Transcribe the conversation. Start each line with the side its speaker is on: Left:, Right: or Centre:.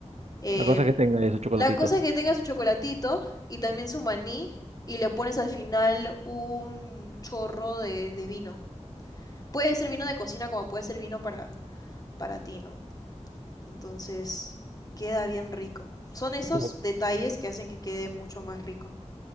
Left: Eh,
Right: La cosa es que tenga ese chocolatito.
Left: la cosa es que tenga su chocolatito y también su maní y le pones al final un chorro de, de vino. Puede ser vino de cocina como puede ser vino para para ti, ¿no? Entonces, queda bien rico. Son esos
Right: Pero,
Left: detalles que hacen que quede mucho más rico.